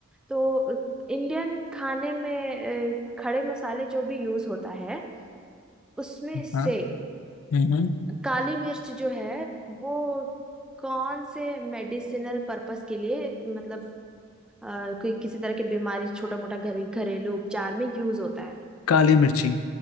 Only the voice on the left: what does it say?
हाँ हम्म हम्म।
काली मिर्ची